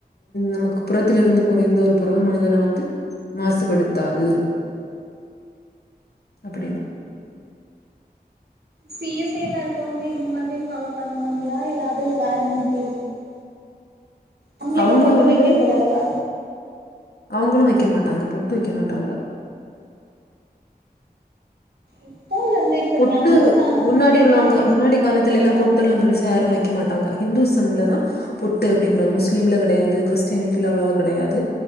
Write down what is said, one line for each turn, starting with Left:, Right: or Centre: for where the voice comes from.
Left: நமக்கு புறத்த இருந்து போற எந்த ஒரு பொருள மனிதனை வந்து மாசுபடுத்தாது அப்படின்னு
Right: சிஎஸ்ஐல இருக்கவங்க இந்த மாதிரி ஃபாலோ பண்ணுவாங்களா இல்ல அது வேற மாறி இருக்குமா அவங்களுக்கு
Left: அவங்க
Right: பொட்டு
Left: வந்து
Right: வைக்க கூடாதா
Left: அவங்களும் வைக்க மாட்டாங்க பொட்டு வைக்க மாட்டாங்க
Right: எப்போல இருந்து இப்ப
Left: பொட்டு
Right: ஞானஸ்தானம்
Left: முன்னாடி
Right: வந்து
Left: உள்ளவங்க
Right: எத்தன வயசுல
Left: முன்னாடி
Right: இருக்காங்க
Left: காலத்துல எல்லாம் பொட்டு எல்லாம் பெருசா ஏாரும் வைக்க க்க மாட்டாங்கந்துசம்லதான் பொட்டு அப்படிங்க முஸ்லீம்ல கிடையாது கிறிஸ்டான அவ்ளவா கிடையாது